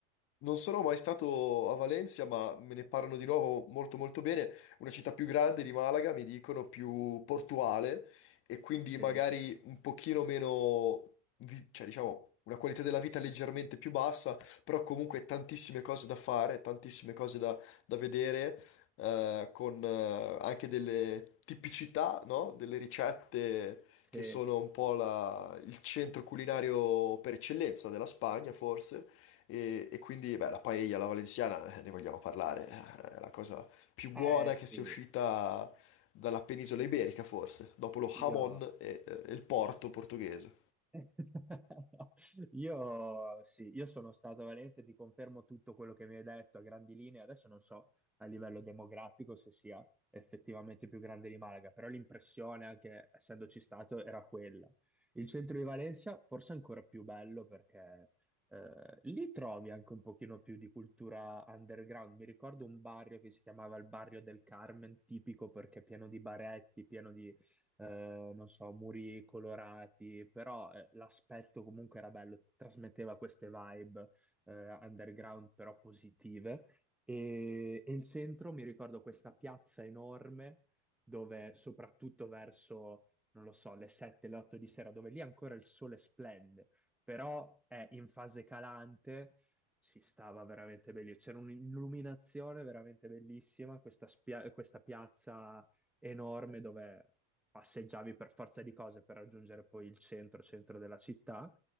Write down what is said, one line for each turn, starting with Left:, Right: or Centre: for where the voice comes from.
Left: Non sono mai stato a Valencia, ma me ne parlano di nuovo molto molto bene. Una città più grande di Malaga, mi dicono più portuale e quindi
Centre: Sì,
Left: magari un pochino meno, vi- cioè diciamo, una qualità della vita leggermente più bassa, però comunque tantissime cose da fare, tantissime cose da, da vedere, eh, con eh, anche delle tipicità, no? Delle ricette
Centre: sì.
Left: che sono un po' la- il centro culinario per eccellenza della Spagna, forse. E, e quindi, beh, la paella, la valenziana, eh, ne vogliamo parlare, eh, è la cosa più buona
Centre: Eh sì,
Left: che sia uscita dalla penisola iberica, forse, dopo lo jamon
Centre: io
Left: e, e il porto portoghese.
Centre: <laughs> Io sì, io sono stato a Valencia e ti confermo tutto quello che mi hai detto a grandi linee. Adesso non so a livello demografico se sia effettivamente più grande di Malaga, però l'impressione, anche essendoci stato, era quella. Il centro di Valencia forse è ancora più bello perché eh, lì trovi anche un pochino più di cultura underground. Mi ricordo un barrio che si chiamava il Barrio del Carmen, tipico perché pieno di baretti, pieno di eh, non so, muri colorati, però eh, l'aspetto comunque era bello, trasmetteva queste vibe eh, underground però positive. E, e il centro, mi ricordo questa piazza enorme dove soprattutto verso, non lo so, le 7, le 8 di sera, dove lì ancora il sole splende, però è in fase calante, si stava veramente meglio. C'era un'illuminazione veramente bellissima, questa, spia- questa piazza enorme dove passeggiavi per forza di cose per raggiungere poi il centro, centro della città,